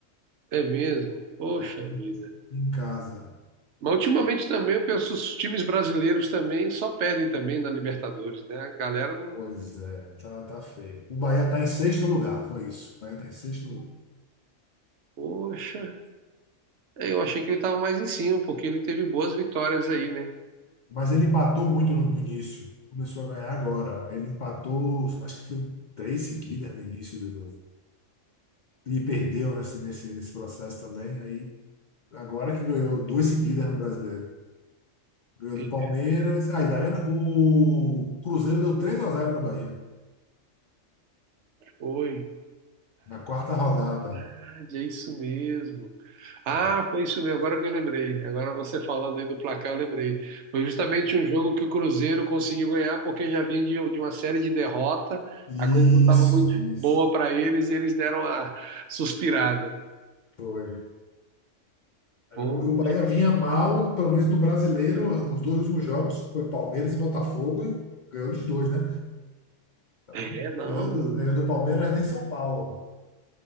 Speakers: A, on the right (about 65°); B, on the left (about 55°).
A: É mesmo. Poxa
B: É, em,
A: vida.
B: em casa.
A: Mas ultimamente também eu penso, os times brasileiros também só perdem também na Libertadores, né? A galera, não-
B: Pois é, tá, tá feio. O Bahia tá em sexto lugar, foi isso. O Bahia tá em sexto lugar.
A: poxa. É, Eu achei que ele estava mais em cima, porque ele teve boas vitórias aí, né?
B: Mas ele empatou muito no, no início. Começou a ganhar agora. Ele empatou, acho que foi três seguidas no início do do- E perdeu nesse, nesse, nesse processo também. Aí, agora que ganhou duas seguidas no Brasileiro. Ganhou
A: Ele
B: do Palmeiras. Aí, tá vendo? O Cruzeiro deu 3 a zero no Bahia.
A: foi.
B: Na quarta rodada.
A: Verdade, é isso mesmo. Ah,
B: É.
A: foi isso mesmo. Agora que eu lembrei. Agora você falando aí do placar, eu lembrei. Foi justamente um jogo que o Cruzeiro conseguiu ganhar, porque já vinha de, de uma série de derrota.
B: Isso,
A: A coisa não estava muito
B: isso.
A: boa para eles e eles deram a suspirada.
B: Foi. É,
A: Pô,
B: O, o Bahia vinha mal, pelo menos no brasileiro, os dois últimos jogos foi Palmeiras e Botafogo e ganhou dos dois, né? Então,
A: é, não.
B: ganhando do, ganhou Palmeiras nem São Paulo.